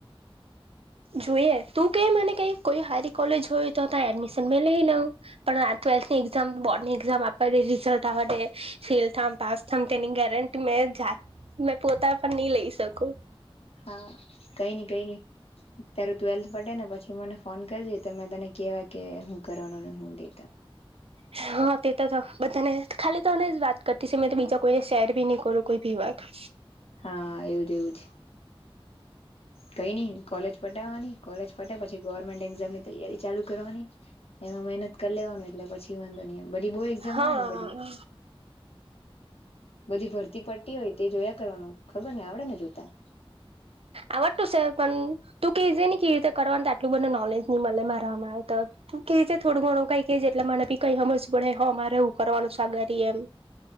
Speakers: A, on the right (about 75°); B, on the left (about 80°).
A: જોઈએ. તું કે મને કઈ? કોઈ હારી કોલેજ હોય તો, ત્યા એડમિશન મે લઈ લઉં. પણ આ ટ્વેલ્થની એક્ઝામ બોર્ડ ની એક્ઝામ આપવા દે રિઝલ્ટ અવવાડે, ફેલ થાવ પાસ થાવ તેની ગેરેંટી મે જાત મે પોતા પણ, નહી લઈ શકું.
B: હા, કઈ નઈ, કઈ નઈ તારું ટ્વેલ્થ પતે ને પછી મને ફોન કરજે. તો મેં તને કેવા કે, હું કરવાનું ને હું દેતા.
A: હા, તે તો તો બધાને, ખાલી તોને વાત કરતી છુ. મે તો બીજા કોઈને શેર ભી, નહી કરુ કોઈ ભી વાત.
B: હા એવું જ એવું જ, કઈ નઈ કોલેજ પટાવાની, કોલેજ પટે પછી, ગવર્મેન્ટ એક્ઝામની તૈયારી ચાલુ કરવાની. એમાં મહેનત કરી લેવાનું, એટલે પછી વાંધો નિ આવે. બધી, બહુ એક્ઝામ
A: હા
B: આવે ને બધી બધી ભરતી પડ્તી હોય, તે જોયા કરવાનું ખબર ને, આવડે ને જોતા?
A: આવડતું છે. પણ તું કેજે ની કેવી રીતે કરવાનું? તો આટલું બધુ નોલેજ નહી મળે મારા મા તો, હું કે જે થોડું ઘણું, કઈ કે જે એટલે મને ભી કઈ સમજે પડે, હો મારે એવું કરવાનું સાગરી એમ